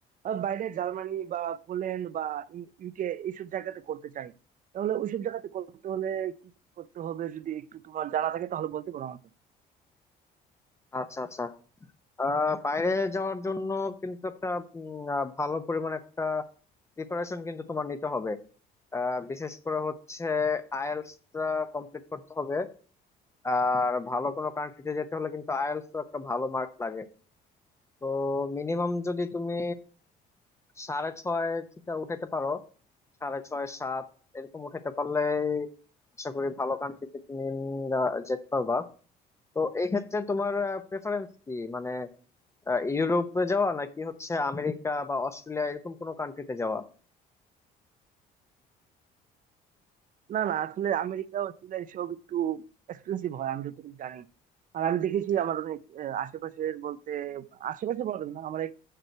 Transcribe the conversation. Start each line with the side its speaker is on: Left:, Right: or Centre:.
Right: আহ, বাইরে জার্মানি বা পোল্যান্ড বা ইউকে এইসব জায়গাতে করতে চাই তাহলে ওইসব জায়গাতে করতে হলে কি কি করতে হবে যদি একটু তোমার জানা থাকে তাহলে বলতে পারো আমাকে
Left: আচ্ছা আচ্ছা আহ বাইরে যাওয়ার জন্য কিন্তু একটা উম, আহ, ভালো পরিমাণ একটা প্রিপারেশন কিন্তু তোমার নিতে হবে আহ, বিশেষ করে হচ্ছে আইএলটিএস কমপ্লিট করতে হবে আর ভালো কোনো কান্ট্রিতে যেতে হলে কিন্তু আইএলটিএস তো একটা ভালো মার্ক লাগে তো মিনিমাম যদি তুমি সাড়ে ছয় থেকে উঠাতে পারো সাড়ে ছয় সাত এরকম উঠাতে পারলে আশা করি ভালো কান্ট্রিতে তুমি উম, আহ, যেতে পারবা তো এই ক্ষেত্রে তোমার প্রেফারেন্স কি মানে আহ, ইউরোপে যাওয়া নাকি হচ্ছে আমেরিকা বা অস্ট্রেলিয়া এরকম কোনো কান্ট্রিতে যাওয়া
Right: না না আসলে আমেরিকা অস্ট্রেলিয়া এসব একটু এক্সপেন্সিভ হয় আমি যতটুকু জানি আর আমি দেখেছি আমার অনেক আহ, আশেপাশের বলতে আশেপাশে বলা যাবে না আমার এক